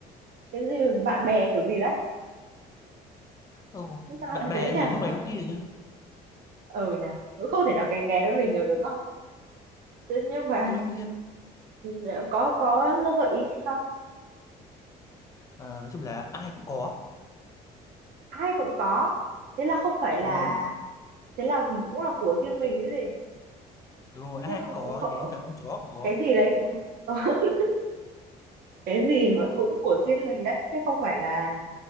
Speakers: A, on the right; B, on the left.
A: cái gì bạn bè kiểu gì đấy
B: Ồ,
A: sao
B: bạn
A: lại
B: bè
A: thế nhỉ
B: phải lúc này lúc
A: <laughs>
B: kia chứ.
A: ừ nhỉ cũng không thể nào kén kén với mình được đúng không thế nhưng mà
B: Đương nhiên.
A: ừ, có có gợi ý gì không
B: Ờ, nói chung là ai cũng có.
A: ai cũng có thế là không phải là
B: Đúng rồi.
A: thế là cũng là của riêng mình cái gì
B: Đúng rồi, ai
A: chứ không
B: cũng có,
A: không-
B: đến cả con chó cũng có.
A: cái gì đấy cũng- <laughs> cái gì mà cũng của riêng mình đấy chứ không phải là